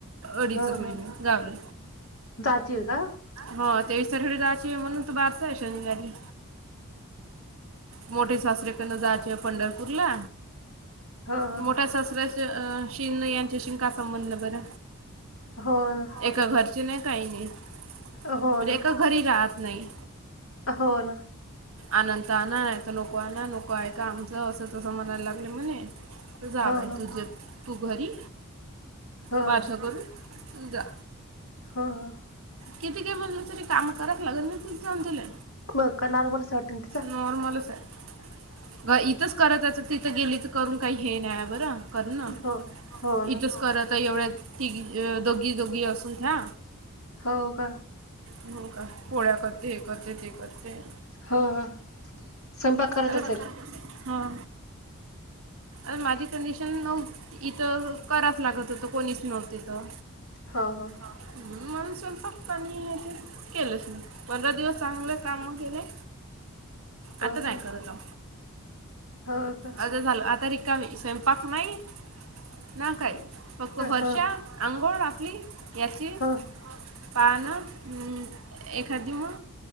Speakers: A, on the right; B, on the left.
A: अडीचच
B: हम्म
A: महिने
B: हम्म,
A: गावला
B: जाची आहे का.
A: हो तेवीस तारखेला जायची म्हणून तर बारस आहे शनिवारी. मोठे सासरे कन त्याना जायचे पंढरपूरला.
B: हो हो
A: त मोठ्या सासऱ्यांशी ते शिन यांच्याशी का संबंध बर.
B: हो न
A: एका घरचे नाही काही नाहीे. म्हणजे
B: हो ना
A: एका घरी राहत नाही.
B: हो ना
A: आनंत आना. नाही तर नको आणा. नको ऐका आमच. अस तस म्हणायला लागले म्हणे. तर जा
B: हो
A: बाई
B: हो
A: तुझे तू घरी.
B: हो
A: बारस करून तू जा.
B: हा हा
A: किती काही म्हणल तरी काम करायच लागेल ना तिथे जाऊन तीले.
B: मग का नॉर्मलच वाटेल तिचा
A: नॉर्मलच आहे. ग इथच करात्याच, तिथ गेली तर करून कायी हे नाही बरं? करनं,
B: हो हो ना
A: इतंच करतय येवढे तिगी, दोगी दोगी असून थ्या
B: होअ का?
A: हो का? पोळ्या करते, हे करते, ते करते
B: हो ह संपाक करत
A: अरे
B: असेल.
A: हां, अन माझी कंडिशन नऊ इतं कराच लागत होतं कोणीच नव्हते तर.
B: ह ह
A: <inaudible> म मणून स्वम <inaudible> फक् कनी ए ते, केलंच मी, पंधरा दिवस चांगलं कामं केले
B: हो
A: आता काय
B: हो
A: करताव?
B: हो का
A: आता झालं. आता रिक कमी, सैंपाक नाई, ना काई. फक्त
B: हो
A: फरश्या
B: हो
A: आंघोळ घातली याची.
B: हो हो
A: पा ना? हम, एखाद दिऊ म.